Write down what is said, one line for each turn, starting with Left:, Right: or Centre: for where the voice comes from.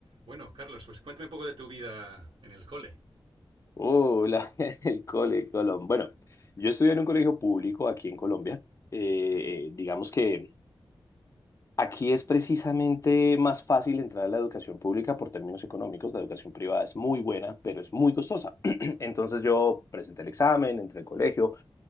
Right: Bueno, Carlos, pues cuéntame un poco de tu vida en el cole.
Left: Uh, la- <laughs> el cole Colón. Bueno, yo estudié en un colegio público aquí en Colombia. Eh, digamos que aquí es precisamente más fácil entrar a la educación pública por términos económicos. La educación privada es muy buena, pero es muy costosa. <clears throat> Entonces yo presenté el examen, entré al colegio,